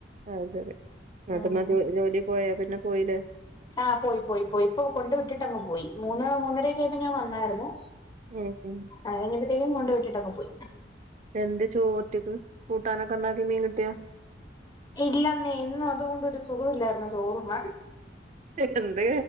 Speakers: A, on the right; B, on the left.
A: ആഹ ശരി ന്നട്ട്
B: ഉം
A: തന്നെ ജോലി പോയ പിന്നെ പോയില്ലേ
B: ആഹ പോയി പോയി പോയി ഇപ്പൊ കൊണ്ട് വിട്ടിട്ടങ്ങ് പോയി മൂന്ന് മൂന്നരൊക്ക ആവുമ്പോം ഞാൻ വന്നായിരുന്നു
A: ഉം ഉം
B: അത് കഴിഞ്ഞപ്പോഴത്തേക്കും കൊണ്ട് വിട്ടിട്ടങ് പോയി
A: എന്ത് ചോറ്റ്ക്ക് കൂട്ടാനൊക്കെ ഉണ്ടാക്കി മീൻ കിട്ടിയോ
B: ഇല്ലന്നെ ഇന്ന് അതുകൊണ്ടൊരു സുഖം ഇില്ലായിരുന്നു ചോറുണ്ണാൻ
A: എന്ത്...